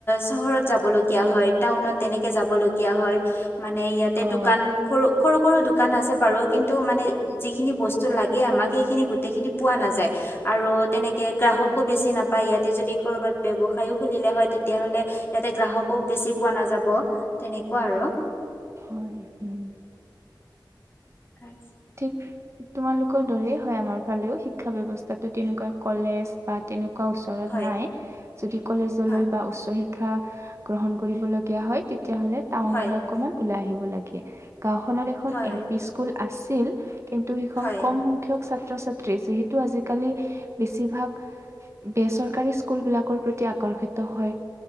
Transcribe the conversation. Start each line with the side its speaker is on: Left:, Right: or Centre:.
Left: চহৰত যাব লগীয়া হয়। টাউনত তেনেকে যাবলগীয়া হয়। মানে ইয়াতে
Right: অ',
Left: দোকান সৰু, সৰু সৰু দোকান আছে বাৰু কিন্তু মানে যিখিনি বস্তু লাগে আমাক সেইখিনি গোতেই খিনি পোৱা নাযায় আৰু তেনেকে গ্ৰাহকো বেছি নাপায় ইয়াতে যদি কৰবাত ব্যৱসায়ও খুলিলে হয় তেতিয়া হলে ইয়াতে গ্ৰাহকো বেছি পোৱা নাযাব তেনেকুৱা আৰু
Right: হয় উম
Left: হয়
Right: ঠিক তোমালোকৰ দৰেই হয় আমাৰ ফালেও শিক্ষা ব্যৱস্থাটো তেনেকুৱা কলেজ বা তেনেকুৱা ওচৰত
Left: হয়,
Right: নাই যদি কলেজলৈ
Left: হয়।
Right: বা উচ্চ শিক্ষা শিক্ষা গ্ৰহণ কৰিবলগীয়া হয় তেতিয়াহলে টাউনলৈ
Left: হয়
Right: অকমান ওলাই আহিব লাগে গাঁওখনত এ
Left: হয়
Right: এল পি স্কুল আছিল কিন্তু সেইখন
Left: হয়
Right: কম সংখ্যক ছাত্ৰ ছাত্ৰী যিহেতু আজিকালি বেছিভাগ বেচৰকাৰী স্কুলবিলাকৰ প্ৰতি আকৰ্ষিত হয়।